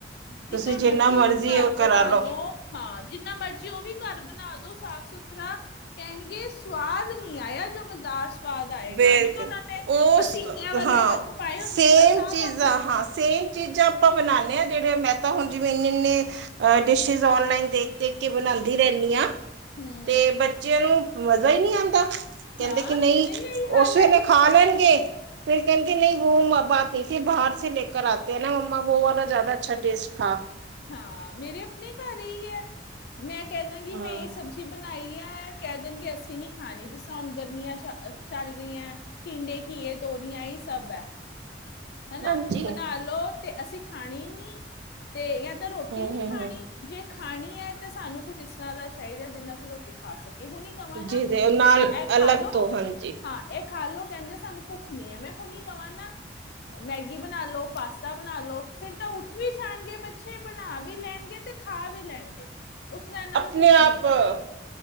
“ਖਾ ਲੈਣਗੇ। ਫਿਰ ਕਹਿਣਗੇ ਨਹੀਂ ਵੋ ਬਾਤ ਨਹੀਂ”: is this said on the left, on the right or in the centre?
Right